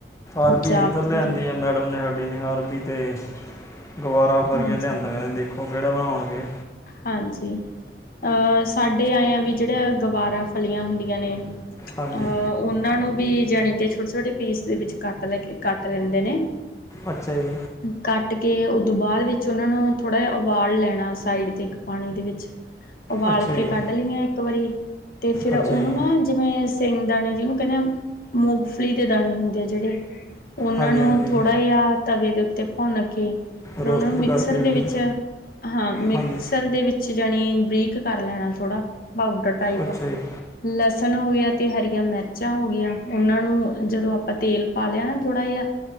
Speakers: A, on the left (about 15°); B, on the left (about 50°).
A: ਅਰਬੀ
B: ਜਾਂ
A: ਇੱਧਰ ਲਿਆਂਦੀ
B: ਫਿਰ
A: ਐ ਮੈਡਮ ਨੇ ਸਾਡੀੇ ਨੇ ਅਰਬੀ ਤੇ ਗਵਾਰਾਂ ਫਲੀਆਂ
B: ਹਾਂਜੀ
A: ਲਿਆਂਦਾ ਆ ਦੇਖੋ ਕੇੜਾ ਬਣਾਉਣਗੇ।
B: ਹਾਂਜੀ ਅਹ ਸਾਡੇ ਆਏ ਆ ਵੀ ਜੇੜਾ ਗਵਾਰਾਂ ਫਲੀਆਂ ਹੁੰਦੀਆਂ ਨੇ
A: ਹਾਂਜੀ
B: ਅਹ ਉਨਾਂ ਨੂੰ ਵੀ ਜਾਣੀ ਕਿ ਛੋਟੇ-ਛੋਟੇ ਪੀਸ ਦੇ ਵਿੱਚ ਕੱਟ ਲੈਕੇ ਕੱਟ ਲੈਂਦੇ ਨੇ।
A: ਅੱਛਾ ਜੀ।
B: ਕੱਟ ਕੇ ਉਦੋਂ ਬਾਅਦ ਵਿੱਚ ਉਹਨਾਂ ਨੂੰ ਥੋੜ੍ਹਾ ਜਿਹਾ ਉਬਾਲ ਲੈਣਾ ਸਾਈਡ ਪਾਨੀ ਦੇ ਵਿੱਚ, ਉਬਾਲ
A: ਅੱਛਾ ਜੀ
B: ਕੇ ਕੱਢ ਲਈਆਂ ਇੱਕ ਵਾਰੀ ਤੇ ਫੇਰ
A: ਅੱਛਾ
B: ਓਨੂੰ
A: ਜੀ
B: ਨਾ ਜਿਵੇਂ ਸਿੰਘ ਦਾਣੇ ਜੀਨੂੰ ਕਹਿੰਦੇ ਮੂੰਗਫਲੀ ਦੇ ਦਾਣੇ ਹੁੰਦੇ ਆ ਜੇੜੇ। ਉਨਾਂ
A: ਹਾਂਜੀ
B: ਨੂੰ
A: ਹਾਂਜੀ
B: ਥੋੜ੍ਹਾ ਜਿਹਾ ਤਵੇ ਦੇ ਉੱਤੇ ਭੁੰਨ ਕੇ ਫੇਰ
A: ਰੋਸਟਡ
B: ਓਨੂ ਨੂੰ ਮਿਕਸਰ
A: ਕਰਕੇ ਜਾਣੀ
B: ਦੇ ਵਿੱਚ
A: ਜੀ
B: ਹਾਂ ਮਿਕ
A: ਹਾਂਜੀ
B: ਦੇ ਵਿੱਚ ਜਾਣੀ ਬਰੀਕ ਕਰ ਲੈਣਾ ਥੋੜਾ ਪਾਊਡਰ ਟਾਈਪ
A: ਅੱਛਾ ਜੀ
B: ਲਸਣ ਹੋ ਗਿਆ ਤੇ ਹਰੀਆਂ ਮਿਰਚਾਂ ਹੋ ਗਈਆਂ ਉਨਾਂ ਨੂੰ ਜਦੋਂ ਆਪਾਂ ਤੇਲ ਪਾ ਲਿਆ ਨਾ ਥੋੜ੍ਹਾ ਜਿਆ